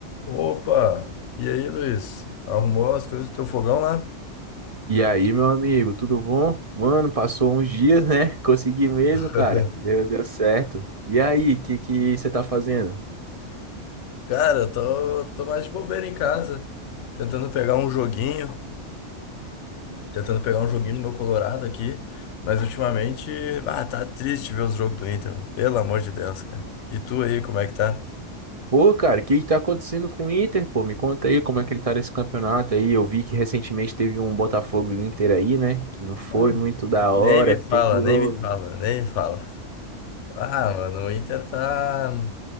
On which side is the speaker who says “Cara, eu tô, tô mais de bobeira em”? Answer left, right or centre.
Left